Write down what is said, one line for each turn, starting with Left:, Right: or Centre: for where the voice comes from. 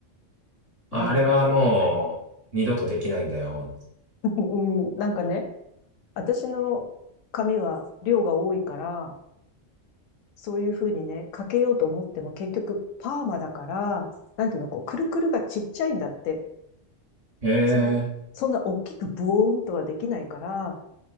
Right: あれはもう二度とできないんだよ。
Left: なんか、<laughs> うん、なんかね、私の髪は量が多いから、そういうふうにね、かけようと思っても結局パーマだから、なんていうの、こう、くるくるがちっちゃいんだって。
Right: ええ、
Left: そ、そんな大きくブオーンとはできないから、